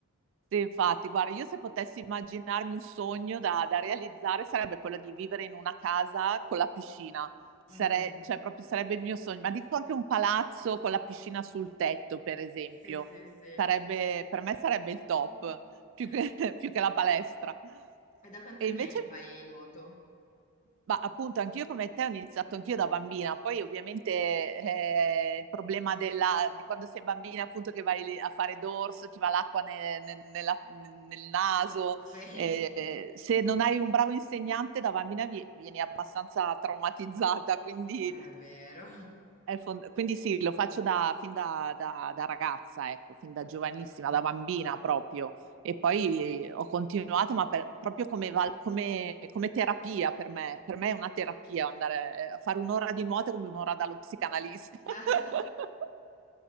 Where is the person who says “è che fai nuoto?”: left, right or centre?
Left